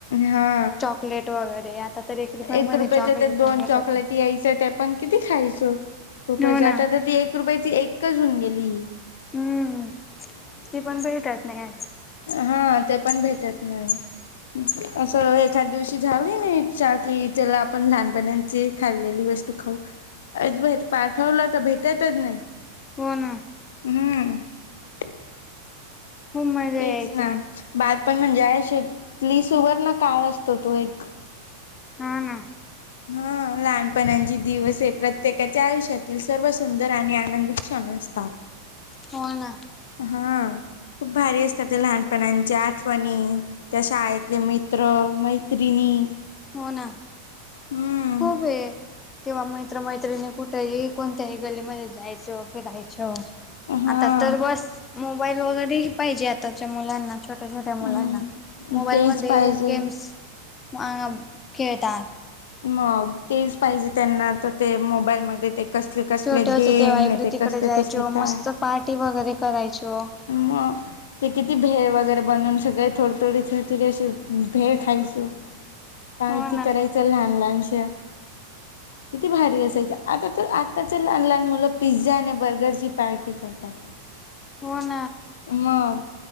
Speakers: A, on the left (about 60°); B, on the left (about 20°).
A: हा
B: चॉकलेट वगैरे तर रुपयामध्ये
A: एक रुपयाच
B: चॉकलेट
A: तर दोन
B: पण भेटत
A: चॉकलेट यायच ते पण किती खायच स खूपच
B: हो ना
A: आता तर ती एक रुपयाची एकच होऊन गेली
B: हम्म तेी पण सगतात नाहीच
A: हां ते पण भेटत नाही असं एखाद दिवशी झाव नाही की चला आपण लहानपणांची खाल्लेली वस्तू खाऊ अज भेट पाठवलं तर भेटतच नाही
B: पोन
A: हम्म
B: खूप मजा
A: तेच
B: यायची
A: ना ब पण म्हणजे शेतली सुवर्ण काळ असतो तो एक
B: हा ह
A: हा लहानपणाची दिवस प्रत्येकाच्या आयुष्यातील सर्व सुंदर आणि आनंदित क्षण असतात
B: हो ना
A: हा खूप भारी असतात ते लहानपणाच्या आठवणी त्या शाळेतले मित चत्र मैत्रिणी
B: हो ना
A: हम्म
B: खूप हे तेिव्हा मैत्र मैत्रिणी कुठेही कोणत्याही गलीमध्ये जायचं फिरायचं
A: हा
B: आता तर बस मोबाईल वगैरे ह पाहिजे आताच्या मुलांना छोट्या छोट्या मुलांना
A: हम्म
B: मोबाईलमध्ये
A: तेच पाहिजे
B: गेम्स ह खेळतात
A: मग तेच पाहिजे त्यांना तर ते मोबाईलमध्ये ते कसले कसले
B: छोटे होते
A: गेम
B: तेव्हा इकडे
A: ते
B: तिकडे
A: कसले
B: जायचो
A: कसले काय
B: मस्त पार्टी वगैरे करायचो.
A: मग ते किती भे वगैरे बनव सगळे थोड थोडीच तरी भे खायच काण
B: हो
A: त
B: ना
A: करायचं लहान लालांश किती भारी असायची आता तर आत्ताच लहान लहान मुलं पिझ्झा आणि बर्गरची पार्टी करतात
B: बोन
A: मग